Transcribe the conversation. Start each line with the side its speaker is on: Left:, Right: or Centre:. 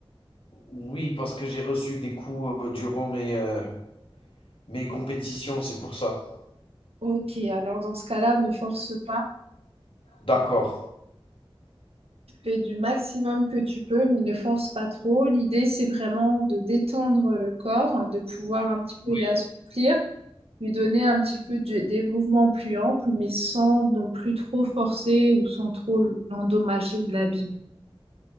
Left: Oui, parce que j'ai reçu des coups euh, durant mes, euh, mes compétitions, c'est pour ça.
Right: Ok, alors dans ce cas-là, ne force pas.
Left: D'accord.
Right: Fais du maximum que tu peux, mais ne force pas trop. L'idée, c'est vraiment de détendre le corps, de pouvoir un petit
Left: Oui,
Right: peu l'assouplir, lui donner un petit peu de- des mouvements plus amples, mais sans non plus trop forcer ou sans trop l'endommager ou l'abîmer.